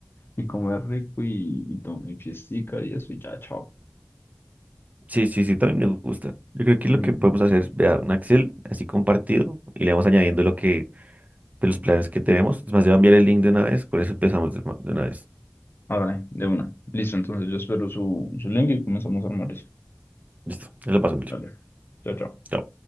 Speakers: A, on the left; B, on the right.
A: y comer rico y, y tomar y fiestica y eso y ya, chao.
B: Sí, sí, sí, también me gusta. Yo creo que
A: Mm.
B: lo que podemos hacer es, vea, un Excel así compartido y le vamos añadiendo lo que de los planes que tenemos. Es más, te voy a enviar el link de una vez, con eso empezamos de, de una vez.
A: Ah, vale, de una. Listo, entonces yo espero su, su link y comenzamos a armar eso.
B: Listo, te lo paso, Willy.
A: Vale, chao, chao.
B: Chao.